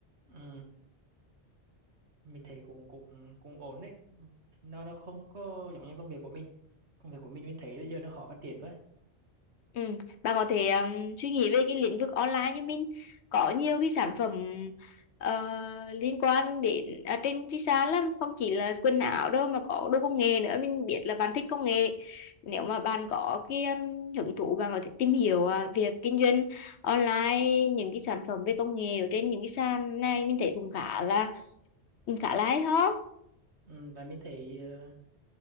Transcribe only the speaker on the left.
ừ. bạn có thể um, suy nghĩ về cái lĩnh vực online như mình có nhiều cái sản phẩm ờ, liên quan đến à, trên cái sàn lắm không chỉ là quần áo đâu mà có đồ công nghệ nữa mình biết là bạn thích công nghệ nếu mà bạn có cái um, hứng thú bạn có thể tìm hiểu à, việc kinh doanh online những cái sản phẩm về công nghệ ở trên những cái sàn này mình thấy cũng khá là khá là hay ho